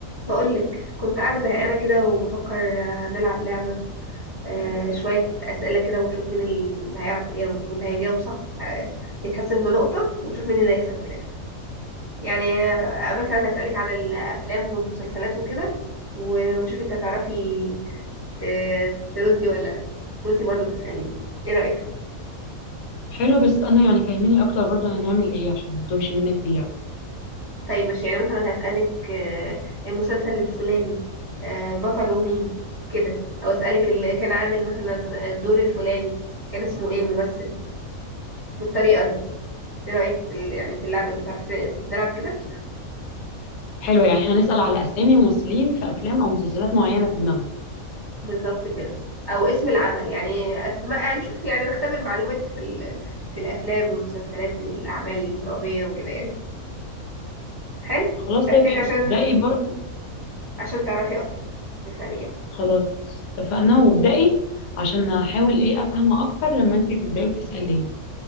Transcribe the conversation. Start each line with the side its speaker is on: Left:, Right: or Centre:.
Right: بقولك كنت قاعدة زهقانة كده وبفكر آه، نلعب لعبة آه، شوية أسئلة كده ونشوف مين اللي هيعرف يجاوب واللي هيجاوب صح آه، يتحسب له نقطة ونشوف مين اللي هيكسب في الآخر يعني آه، مثلا هسألك عن الأفلام والمسلسلات وكده و- ونشوف انت هتعرفي ت- تردي ولا لأ وانت برضو تسأليني ايه رأيك؟
Left: حلو بس انا يعني فاهميني اكتر برضو هنعمل ايه عشان ما توهش منك في اللعبه
Right: طيب ماشي يعني مثلا هسألك آه، المسلسل الفلاني آه، بطله مين كده او اسألك اللي كان عامل مثلا الدور الفلاني كان اسمه ايه الممثل بالطريقة دي ايه رأيك في ال- يعني في اللعبة دي تعرف ت- نلعب كده
Left: حلو يعني احنا هنسال على اسامي ممثلين في افلام او مسلسلات معينه في دماغنا
Right: بالظبط كده او اسم العمل يعني اسماء هنشوف يعني نختبر معلوماتك في ال... في الافلام والمسلسلات والاعمال الدرامية وكده يعني حلو
Left: خلاص
Right: ابتدي
Left: طيب حلو
Right: عشان
Left: ابدأي برضو
Right: عشان تعرفي اكتر تفهمي يعني
Left: خلاص اتفقنا وابدأي عشان احاول ايه افهمها اكتر لما انتي تبداي وتساليني